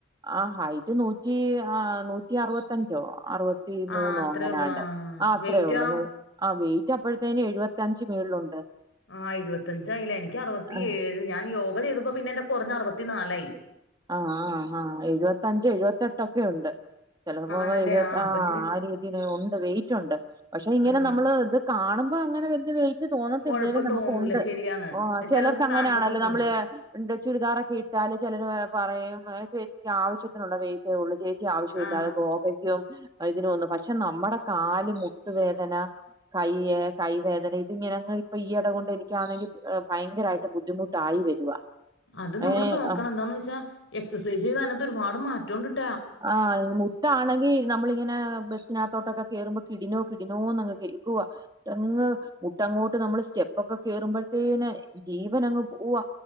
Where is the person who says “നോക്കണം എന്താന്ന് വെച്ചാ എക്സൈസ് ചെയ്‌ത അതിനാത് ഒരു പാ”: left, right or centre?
Left